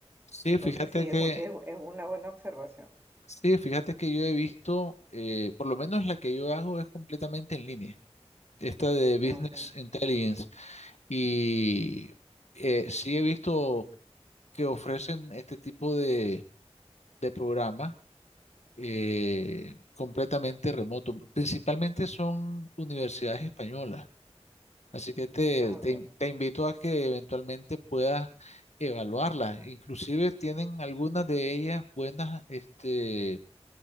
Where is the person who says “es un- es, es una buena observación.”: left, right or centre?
Right